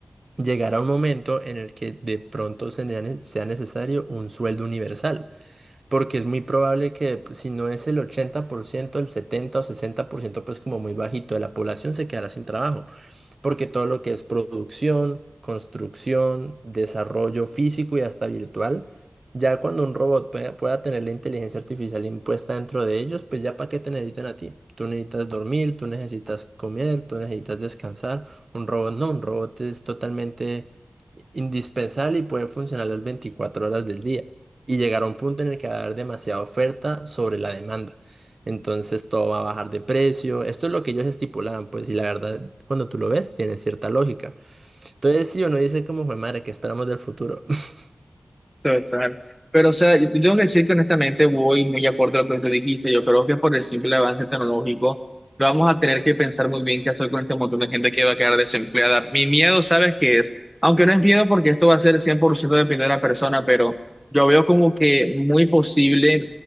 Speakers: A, on the right; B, in the centre.
A: llegar a un momento en el que de pronto se ne- sea necesario un sueldo universal, porque es muy probable que pues, si no es el 80%, el 70 o 60%, pues como muy bajito de la población se quedará sin trabajo porque todo lo que es producción, construcción, desarrollo físico y hasta virtual, ya cuando un robot pueda, pueda tener la inteligencia artificial impuesta dentro de ellos, pues ya para qué te necesitan a ti. Tú necesitas dormir, tú necesitas comer, tú necesitas descansar. Un robot no, un robot es totalmente indispensable y puede funcionar las 24 horas del día. Y llegar a un punto en el que va a haber demasiada oferta sobre la demanda. Entonces todo va a bajar de precio. Esto es lo que ellos estipulaban, pues, y la verdad, cuando tú lo ves, tiene cierta lógica. Entonces, si uno dice como, "Jue madre, ¿qué esperamos del futuro? <laughs>
B: Total. Pero, o sea, yo tengo que decir que honestamente voy muy acorde a lo que tú dijiste. Yo creo que por el simple avance tecnológico vamos a tener que pensar muy bien qué hacer con este montón de gente que va a quedar desempleada. Mi miedo, ¿sabes qué es? Aunque no es miedo porque esto va a ser 100% dependiendo de la persona, pero yo veo como que muy posible